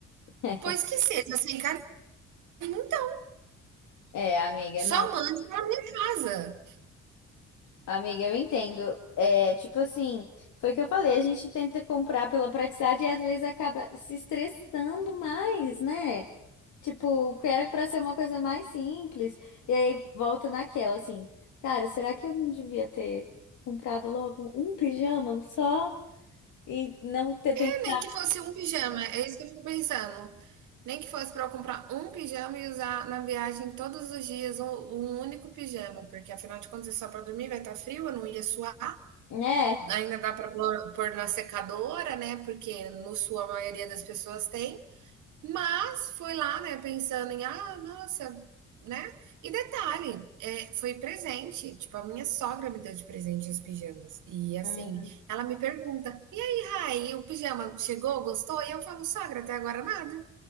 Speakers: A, on the left; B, on the right.
A: <laughs>
B: Pois que seja, sem carinho, então.
A: É, amiga,
B: Só
A: não.
B: mande pra minha casa.
A: Amiga, eu entendo. É, tipo assim, foi o que eu falei, a gente tenta comprar pela praticidade e às vezes acaba se estressando mais, né? Tipo, o que era pra ser uma coisa mais simples. E aí volta naquela, assim, cara, será que eu não devia ter comprado logo um pijama só e não ter pensado,
B: É, nem que fosse um pijama, é isso que eu fico pensando. Nem que fosse pra eu comprar um pijama e usar na viagem todos os dias um, um único pijama, porque afinal de contas é só pra dormir, vai estar frio, eu não ia suar.
A: né?
B: Ainda dá para pôr, pôr na secadora, né? Porque no sul a maioria das pessoas tem, mas foi lá, né? Pensando em, ah, nossa, né? E detalhe, é, foi presente. Tipo, a minha sogra me deu de presente os pijamas. E assim,
A: Hum,
B: ela me pergunta: e aí, Rai, o pijama chegou, gostou? E eu falo: sogra, até agora nada.